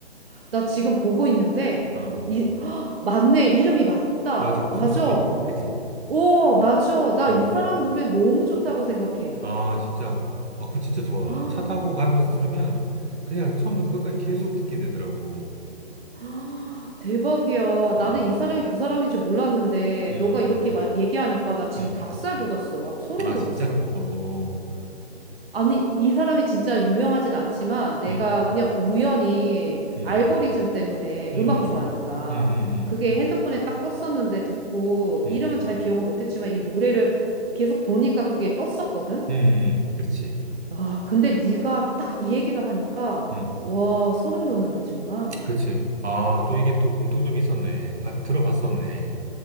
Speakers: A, on the right; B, on the right.
A: 나 지금 보고 있는데,
B: 어,
A: 이, <gasps> 헉, 맞네. 이름이 맞다.
B: 맞아.
A: 맞아.
B: 소수빈. 그지?
A: 오, 맞아. 나
B: 어.
A: 이 사람 노래 너무 좋다고 생각해.
B: 아, 진짜. 어, 그 진짜 좋아.
A: <gasps> 아,
B: 차 타고 가면서 들으면 그냥 처음부터 끝까지 계속 듣게 되더라고.
A: 아, 대박이야.
B: 음,
A: 나는 이 사람이 그 사람인 줄 몰랐는데,
B: 음,
A: 너가 이렇게 마- 얘기하니까 나 지금
B: 음, 음.
A: 닭살 돋았어. 와, 소름
B: 아,
A: 돋았어.
B: 진짜? 어,
A: 아니, 이 사람이 진짜 유명하진 않지만 내가
B: 음,
A: 그냥 우연히
B: 음,
A: 알고리즘 때문에
B: 음,
A: 음악
B: 음,
A: 좋아하니까
B: 음, 음, 음,
A: 그게 핸드폰에 딱 떴었는데 듣고
B: 음,
A: 이름은 잘 기억을 못했지만 이 노래를 계속 보니까 그게 떴었거든?
B: 음, 음, 음. 그렇지.
A: 와, 근데 네가 딱 이 얘기를 하니까
B: 음,
A: 와, 소름 돋는다, 정말.
B: 그렇지. 아, 또 이게 또 공통점이 있었네. 봐- 들어봤었네.